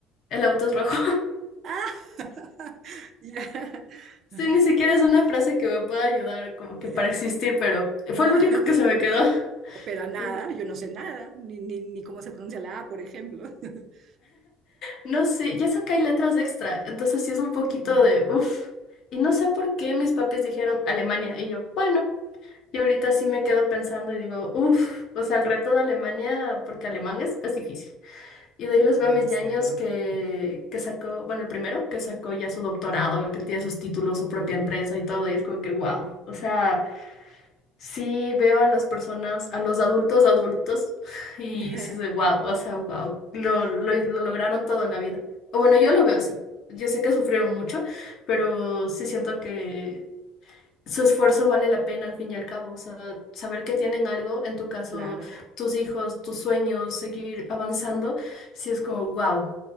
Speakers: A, on the left; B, on the right.
A: el auto es rojo.
B: Ah, <laughs> ya.
A: Sí,
B: Ajá.
A: ni siquiera es una frase que me pueda ayudar como
B: Eh,
A: que para existir, pero
B: No,
A: fue
B: <laughs>
A: lo único que se me quedó. <laughs>
B: pero a nada, yo no sé nada, ni, ni, ni cómo se pronuncia la A, por ejemplo. <laughs>
A: No sé, ya sé que hay letras extra, entonces sí es un poquito
B: Ujú.
A: de uff. Y no sé por qué mis papis dijeron Alemania y yo, bueno, y ahorita sí me quedo pensando y digo, uff, o sea, el reto de Alemania, porque alemán es, es difícil. Y de ahí les veo
B: Debe
A: a mis
B: serlo.
A: ñaños que,
B: Ujú,
A: que sacó, bueno, el primero que sacó ya su doctorado, que tiene sus títulos, su propia
B: ujú.
A: empresa y todo, y es como que wow, o sea... Sí, veo a las personas, a los adultos adultos, y
B: <laughs>
A: sí soy wow, o sea, wow, lo, lo, lo lograron todo en la vida. O bueno, yo lo veo así. Yo sé que sufrieron mucho, pero sí siento que su esfuerzo vale la pena al fin y al cabo. O sea, saber que tienen algo, en tu caso,
B: Claro.
A: tus hijos, tus sueños, seguir avanzando, sí es como wow.